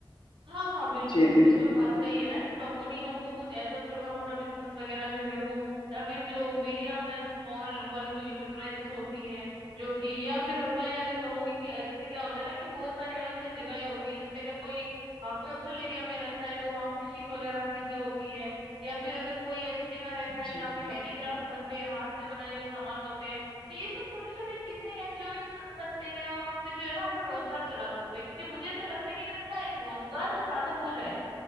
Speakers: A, on the right; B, on the left.
A: हाँ हाँ बिल्कुल
B: जी
A: तुमने
B: जी
A: जो
B: जी
A: बात कही है ना कि कंपनी हमको कुछ ऐसा छोटा मोटा बिजनेस वगैरह जो है वो या फिर जो मीडियम एंड स्मॉल वाली जो इंटरप्राइजेस होती हैं जो कि या फिर मैं अगर कहूँगी कि कि जैसे क्या होता है ना कि बहुत सारी अलग अलग जगहें होती है जैसे अगर कोई हाँ, कोस्टल एरिया में रहता है तो वहाँ फिशिंग वगैरह चीजें होती हैं या फिर अगर कोई ऐसी जगह रहता है
B: जी
A: जहाँ पे हैंडीक्राफ्ट बनते हैं हाथ से बनाए हुए सामान होते हैं तो ये सब छोटी छोटी चीजें हैं जो ये कर सकते हैं और उससे जो है ना अपना रोजगार चला सकते हैं क्योंकि मुझे ऐसा लगता है कि अगर इनका एक रोजगार का साधन हो जाए